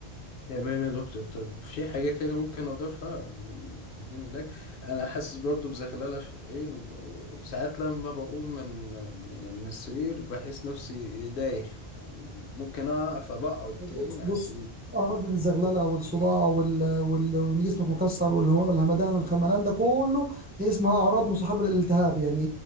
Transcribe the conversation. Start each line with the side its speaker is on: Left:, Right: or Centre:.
Left: تمام يا دكتور طب في حاجة تاني ممكن أضيفها قبل ما تديني اللاج أنا حاسس برضو بزغللة في العين و- وساعات لما بقوم من من- يعني من السرير بحس نفسي دايخ ممكن أقع فبقعد
Right: بص
Left: تاني على
Right: بص
Left: السرير
Right: اراضي الزغلله والصداع وال... وال... وان جسمك مكسر والهمدان والخملان ده كله هي اسمها اعراض مصاحبه للالتهاب يعني